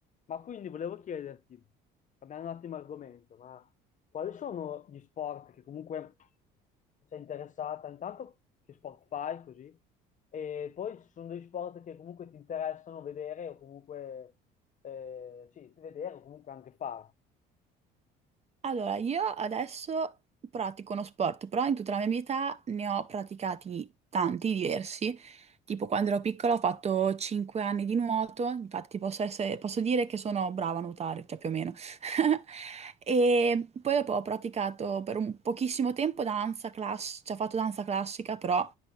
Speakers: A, on the left (about 40°); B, on the right (about 30°).
A: Ma quindi volevo chiederti, cambiando un attimo argomento, ma quali sono gli sport che comunque sei interessata? Intanto che sport fai così? E poi ci sono degli sport che comunque ti interessano vedere o comunque eh, sì, vedere o comunque anche fare.
B: Allora, io adesso pratico uno sport, però in tutta la mia vita ne ho praticati tanti, diversi. Tipo quando ero piccola ho fatto 5 anni di nuoto, infatti posso essere- posso dire che sono brava a nuotare, cioè più o meno. <laughs> E poi dopo ho praticato per un pochissimo tempo danza classica, cioè ho fatto danza classica, però